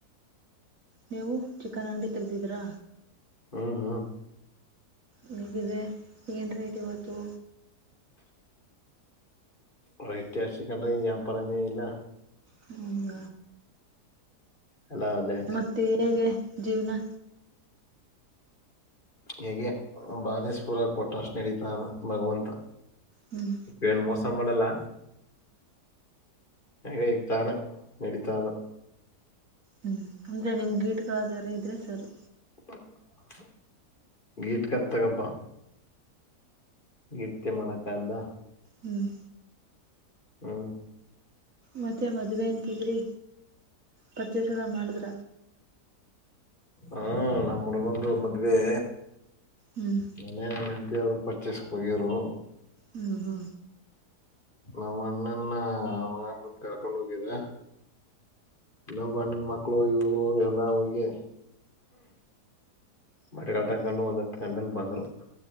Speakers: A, on the right; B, on the left.
A: ನೀವು ಚಿಕನ್ ಅಂಗಡಿ ತೆಗ್ದಿದ್ರಾ.
B: ಹ್ಮ್, ಹ್ಮ್
A: ಹೀಗಿದೆ ಏನು ರೇಟ್ ಇವತ್ತು.
B: ರೇಟ್ ಜಾಸ್ತಿ ಕಣ್ರೀ ವ್ಯಾಪರನೇ ಇಲ್ಲ.
A: ಹಂಗ.
B: ಹಲೊ ಅದೇ
A: ಮತ್ತೆ ಹೇಗೆ ಜೀವನಾ,
B: ಹೀಗೆ ಬಾದೇಶ್ವರ ಕೊಟ್ಟ ಅಷ್ಟ್ ನಡೀತಾ ಇದೆ ಭಗವಂತ.
A: ಹ್ಮ್.
B: ಏನ್ ಮೋಸ ಮಾಡಲ್ಲಾ. ಹೇಗ್ ತಾನೇ ನಡೀತಾದ.
A: ಹ್ಮ್ ಅಂದ್ರೆ ನಿಮ್ ಗೀಟ್ಗಳಾದಾರೆ ಇದ್ರೆ ಸರಿ.
B: <unintelligible> <unintelligible> ಮಾಡಕಾದಾ
A: ಹ್ಮ್.
B: ಹಾ.
A: ಮತ್ತೆ ಮದುವೆ ಅಂತಿದ್ರಿ ಪರ್ಚಸ್ ಎಲ್ಲಾ ಮಾಡಿದ್ರ.
B: ಹಾ ನಮ್ಮ ಹುಡುಗನಂದು ಮದುವೆ.
A: ಹ್ಮ.
B: ಮನೆಯ ಹೆಂಡತಿವರು ಪರ್ಚೆಸ್ ಹೋಗಿರು,
A: ಹ್ಮ್, ಹ್ಮ
B: ನಮ್ಮ ಅಣ್ಣನ್ನ ಬಂದ ಕರ್ಕೊಂಡ್ ಹೋಗಿದಾ ಇನ್ನೊಬ್ಬ ಅಣ್ಣನ ಮಕ್ಕಳು ಇವರು ಎಲ್ಲಾ ಹೋಗಿ, <unintelligible> ತಗೊಂಡು ಒಂದು ಹತ್ತು ಗಂಟಗೆ ಬಂದರು.